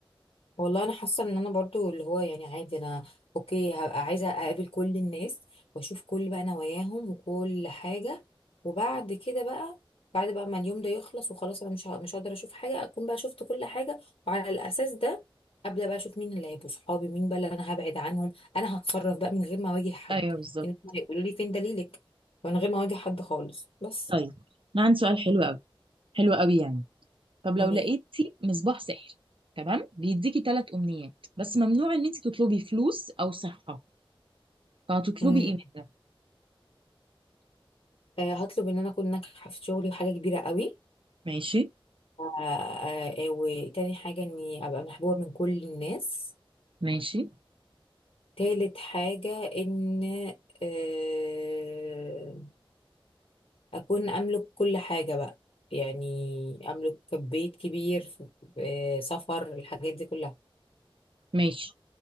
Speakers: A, on the left; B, on the right.
A: والله انا حاسه ان انا برضو اللي هو يعني عادي انا اوكي هبقى عايزه اقابل كل الناس واشوف كل بقى نواياهم وكل حاجه وبعد كده بقى بعد بقى ما اليوم ده يخلص وخلاص انا مش ه- مش هقدر اشوف حاجه اكون بقى شفت كل حاجه وعلى الاساس ده ابدا بقى اشوف مين اللي هيبقوا صحابي مين بقى اللي انا هبعد عنهم انا هتصرف بقى من غير ما اواجه حد
B: ايوه بالظبط
A: يعني هم هيقولوا لي فين دليلك من غير ما اواجه حد خالص بس
B: طيب انا عندي سؤال حلو قوي حلو قوي يعني طب لو
A: قولي
B: لقيتي
A: لي
B: مصباح سحر تمام بيديكي ثلاث امنيات بس ممنوع ان انت تطلبي فلوس او صحه فهتطلبي
A: امم
B: ايه منها
A: آه، هطلب ان انا اكون ناجحه في شغلي وحاجه كبيره قوي
B: ماشي
A: آه، آه، وتاني حاجة اني ابقى محبوبة من كل الناس
B: ماشي
A: تالت حاجة ان آه، اكون املك كل حاجة بقى يعني املك بيت كبير ف- آه، سفر الحاجات دي كلها
B: ماشي